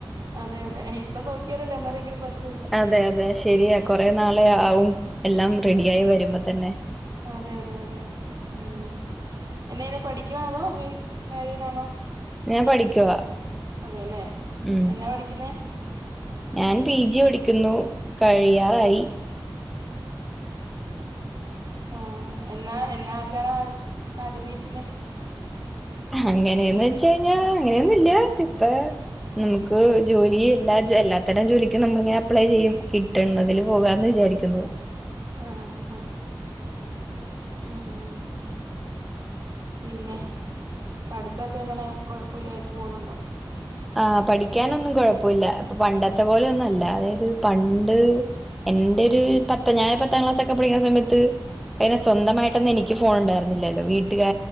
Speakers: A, on the right (about 50°); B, in the centre.
A: അതെ അതെ ഇപ്പം നോക്കിയാലല്ലേ അന്നേരെങ്കിലും പറ്റുള്ളൂ
B: അതെ അതെ ശരിയാ കൊറേ നാളെയാവും എല്ലാം റെഡിയായി
A: ആഹ്
B: വരുമ്പം തന്നെ
A: അതെ അതെ അതെ അതെ ഉം എന്നാ ചെയ്യുന്നെ പഠിക്കുവാണോ അതോ മാരീഡാണോ
B: ഞാൻ പഠിക്കുവാ
A: അതേലെ
B: ഉം
A: എന്നാ പഠിക്കുന്നേ
B: ഞാൻ പി ജി പഠിക്കുന്നു കഴിയാറായി
A: ആ എന്നാ എന്നാ ആക്കാന ആഗ്രഹിക്കുന്നേ
B: അങ്ങനെയൊന്ന് വെച്ചയിഞ്ഞാ അങ്ങനെയൊന്നുല്ല ഇപ്പാ നമുക്ക് ജോലി എല്ലാ എല്ലാത്തരം ജോലിക്കും നമ്മളിങ്ങനെ അപ്ലൈ ചെയ്യും ട്ടുന്നതില് പോകാന്ന് വിചാരിക്കുന്നു
A: ആ ആ ഹ ഹ ഉം ഉം പിന്നെ പഠുത്തൊക്കെ എങ്ങനെ കൊഴപ്പല്ലാതെ പോന്നുണ്ടോ
B: ആഹ് പഠിക്കാനൊന്നും കൊഴപ്പേല്ല പ്പൊ പണ്ടത്തെ പോലെയൊന്നും അല്ല അതായത് പണ്ട് എന്റെ ഒരു പത്ത് ഞാൻ പത്താം ക്ലാസ് ഒക്കെ പഠിക്കുന്ന സമയത്ത് അയിന് സ്വന്തമായിട്ടൊന്നും എനിക്ക് ഫോൺ ഇണ്ടാർന്നില്ലല്ലോ വീട്ടുകാ